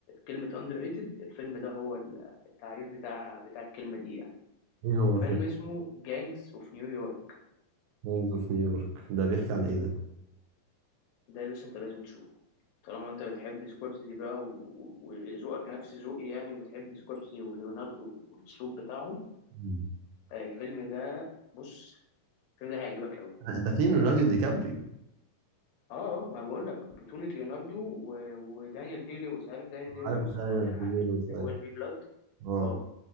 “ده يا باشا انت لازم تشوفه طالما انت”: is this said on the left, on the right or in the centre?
Left